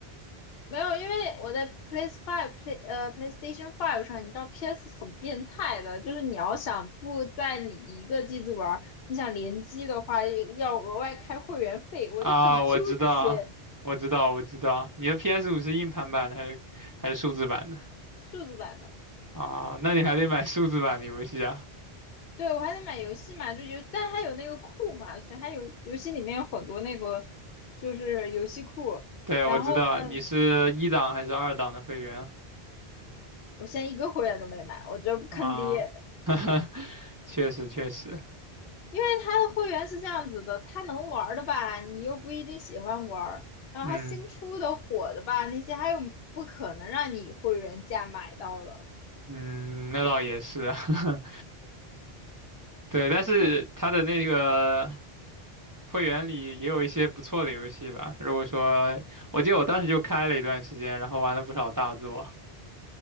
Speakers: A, on the left (about 70°); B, on the right (about 20°).
A: 没有，因为我在 PS l a Five、Play 呃 PlayStation Five 上，你知道 PS 很变态的，就是你要想不在你一个机子玩儿，你想联机的话，要额外开会员费，我就很纠结。
B: 啊，我知道，我知道，我知道，你的 p s 五是硬盘版的还是还是数字版的？
A: 数字版的。
B: 啊，那你还得买数字版的游戏啊。
A: 对，我还得买游戏嘛，就游，但它有那个库嘛，所以它有游戏里面有很多那个就是游戏库。
B: 对，
A: 然后呢，
B: 我知道，你是一档还是二档的会员
A: 我现在一个会员都没买，我觉得坑爹，
B: 啊？<laughs> 哈哈，<laughs> 确实，确实。
A: 因为它的会员是这样子的，它能玩儿的吧，你又不一定喜欢玩儿，然后它新出的火的吧，
B: 嗯，
A: 那些还有不可能让你以会员价买到的，
B: 嗯，那倒也是啊，<laughs> 对，但是它的那个
A: 所以
B: 会员里也有一些不错的游戏吧。如果说，我记得我当时就开了一段时间，然后玩了不少大作。